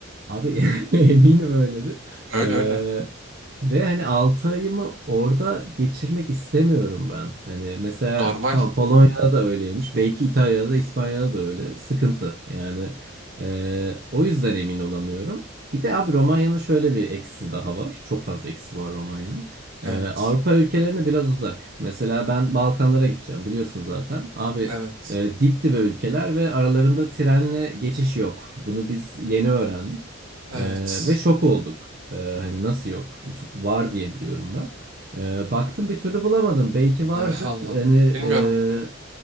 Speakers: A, on the right; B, on the right.
A: Abi <laughs> eminim öyledir.
B: Öyle
A: Ee,
B: öyle.
A: ve hani 6 ayımı orada geçirmek istemiyorum ben. Hani mesela
B: Normal.
A: tamam Polonya'da da öyleymiş. Belki İtalya'da da İspanya'da da öyle. Sıkıntı yani. Ee, o yüzden emin olamıyorum. Bir de abi Romanya'nın şöyle bir eksisi daha var. Çok fazla eksisi var Romanya'nın.
B: Evet.
A: Ee, Avrupa ülkelerine biraz uzak. Mesela ben Balkanlara gideceğim biliyorsun zaten. Abi
B: Evet.
A: e, dip dibe ülkeler ve aralarında trenle geçiş yok. Bunu biz yeni öğrendik.
B: Evet.
A: Ee, ve şok olduk. Ee, hani nasıl yok? Çünkü var diye biliyorum ben. Ee, baktım bir türlü bulamadım. Belki vardır.
B: Ah, Allah.
A: Hani
B: Bilmiyorum.
A: e,